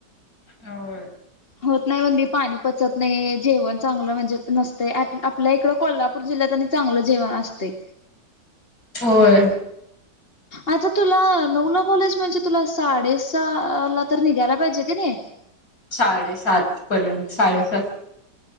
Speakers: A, on the left; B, on the left.
A: हो.
B: होत नाही म्हणी पाणी पचत नाही जेवण चांगलं म्हणजे नसतं आपल्या इकडं कोला पूर जिल्ह्यात आणि चांगलं जेवण असते.
A: होय.
B: आता तुला नऊला कॉलेज म्हणजे तुला साडेस ला तर निघायला पाहिजे का नाही.
A: साडेसात पर्यंत साडेसात